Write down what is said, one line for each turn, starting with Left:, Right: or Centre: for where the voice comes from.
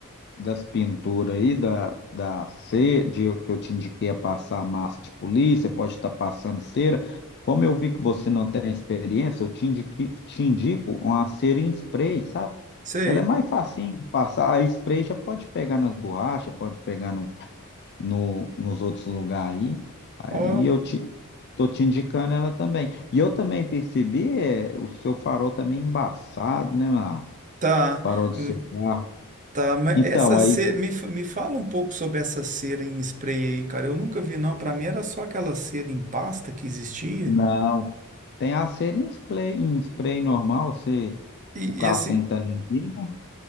Left: das pinturas aí, da, da cera, de, que eu te indiquei a passar massa de polir você pode estar passando cera. Como eu vi que você não tem experiência, eu te, indique, te indico uma cera em spray, sabe?
Right: Sei.
Left: Que ela é mais facinho de passar. A spray já pode pegar nas borrachas, pode pegar no, no, nos outros lugares aí. Aí
Right: Ó,
Left: eu te, tô te indicando ela também. E eu também percebi, é, o seu farol também embaçado, né, Márcio?
Right: tá.
Left: Farol do
Right: Hum,
Left: seu carro.
Right: Tá, mas
Left: Então,
Right: essa
Left: aí.
Right: cera, me, fa- me fala um pouco sobre essa cera em spray aí, cara. Eu nunca vi, não. Pra mim era só aquela cera em pasta que existia.
Left: Não. Tem a cera em spray, em spray normal, você,
Right: E,
Left: o carro
Right: e assim,
Left: tem que estar limpinho, né?